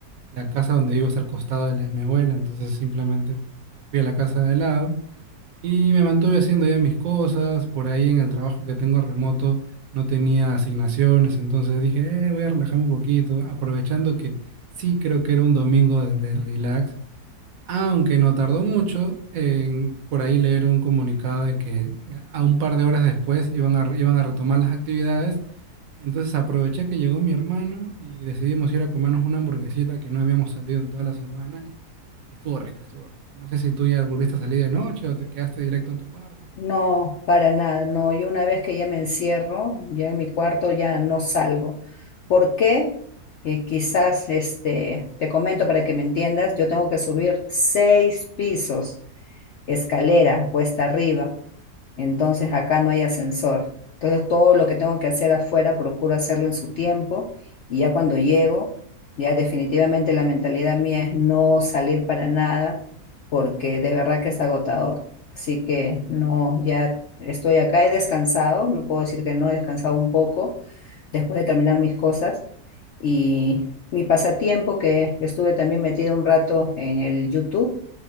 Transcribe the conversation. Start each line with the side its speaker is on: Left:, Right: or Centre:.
Right: La casa donde vivo es al costado de la de mi abuela, entonces simplemente fui a la casa de al lado y me mantuve haciendo ya mis cosas. Por ahí en el trabajo que tengo remoto no tenía asignaciones, entonces dije, "Eh, voy a relajarme un poquito, aprovechando que sí creo que era un domingo de, de relax. Aunque no tardó mucho, en, por ahí leer un comunicado de que eh, a un par de horas después iban a, re- iban a retomar las actividades. Entonces aproveché que llegó mi hermano y decidimos ir a comernos una hamburguesita que no habíamos salido en toda la semana y, y estuvo rica, estuvo rica. No sé si tú ya volviste a salir de noche o te quedaste directo en tu cuarto.
Left: No, para nada, no. Yo una vez que ya me encierro, ya en mi cuarto, ya no salgo. ¿Por qué? Eh, quizás este, te comento para que me entiendas, yo tengo que subir seis pisos, escalera, cuesta arriba. entonces acá no hay ascensor. Entonces todo lo que tengo que hacer afuera procuro hacerlo en su tiempo y ya cuando llego, ya definitivamente la mentalidad mía es no salir para nada porque de verdad que es agotador. Así que no, ya estoy acá, he descansado, no puedo decir que no, he descansado un poco después de terminar mis cosas y mi pasatiempo que estuve también metido un rato en el YouTube